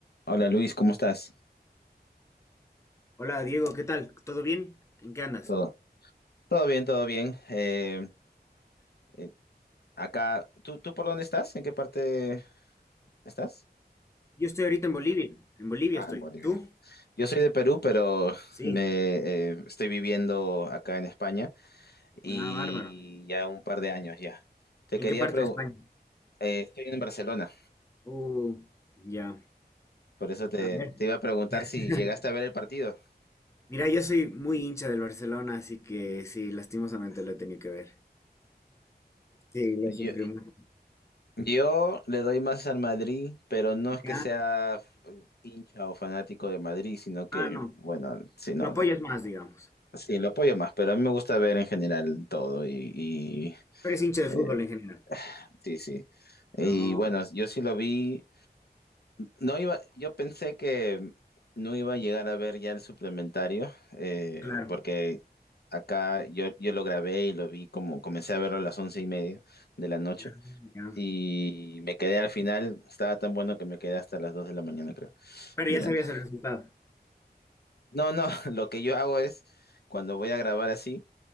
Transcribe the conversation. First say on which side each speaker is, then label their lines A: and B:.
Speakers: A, on the left; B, on the left.
A: Hola Luis, ¿cómo estás?
B: Hola Diego, ¿qué tal? ¿Todo bien? ¿En qué andas?
A: Todo. Todo bien, todo bien. Eh, eh, acá, ¿tú, tú por dónde estás? ¿En qué parte estás?
B: Yo estoy ahorita en Bolivia. En Bolivia
A: Ah,
B: estoy.
A: en Bolivia.
B: ¿Tú?
A: Yo soy de Perú, pero
B: Sí.
A: me eh, estoy viviendo acá en España y
B: Ah, bárbaro.
A: ya un par de años ya. Te
B: ¿En
A: quería
B: qué parte
A: preguntar,
B: de España?
A: estoy en Barcelona,
B: Uh, ya.
A: por eso te,
B: A ver.
A: te iba a preguntar
B: <laughs>
A: si llegaste a ver el partido.
B: Mira, yo soy muy hincha del Barcelona, así que sí, lastimosamente lo he tenido que ver. Sí, lo
A: Yo,
B: sufrió mucho.
A: yo le doy más al Madrid, pero no es que
B: Ah,
A: sea f- hincha o fanático de Madrid, sino que,
B: ah, no.
A: bueno, sí, no.
B: Lo apoyas más, digamos.
A: Sí, lo apoyo más, pero a mí me gusta ver en general todo y, y,
B: Pero es hincha de
A: eh,
B: fútbol en general.
A: sí, sí. Y
B: No,
A: bueno, yo sí lo vi. No iba, yo pensé que no iba a llegar a ver ya el suplementario, eh,
B: claro.
A: porque acá yo, yo lo grabé y lo vi como, comencé a verlo a las once y media de la noche
B: Ah, ya.
A: y me quedé al final, estaba tan bueno que me quedé hasta las dos de la mañana, creo,
B: Pero
A: mirando.
B: ya sabías el resultado.
A: No, no, <laughs> lo que yo hago es cuando voy a grabar así.